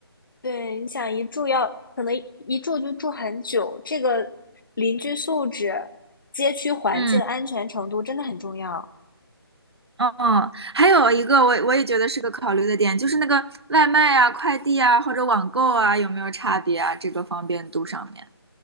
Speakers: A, on the left (about 55°); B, on the right (about 80°).
A: 对，你想一住要可能一住就住很久，这个邻居素质、街区环境安全程度真的很重要。
B: 嗯。嗯，还有一个我我也觉得是个考虑的点，就是那个外卖啊、快递啊或者网购啊有没有差别啊？这个方便度上面。